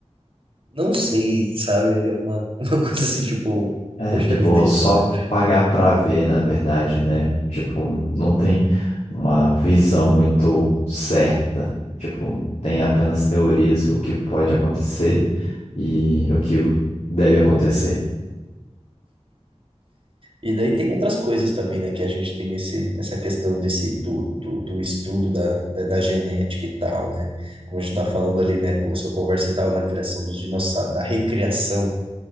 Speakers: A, on the right; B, on the left.
A: não sei, sabe? É uma, <laughs> uma coisa assim, tipo,
B: É,
A: poxa
B: tipo,
A: vida, e
B: só
A: agora?
B: pagar pra ver, na verdade, né? Tipo, não tem uma visão muito certa. Tipo, tem apenas teorias, o que pode acontecer e o que deve acontecer.
A: E daí tem outras coisas também, né, que a gente tem nesse, nessa questão desse, do, do, do estudo da, da, da genética e tal, né? Como a gente
B: Uhum.
A: está falando ali, né, começou a conversa e tal, na criação dos dinossauros, da recriação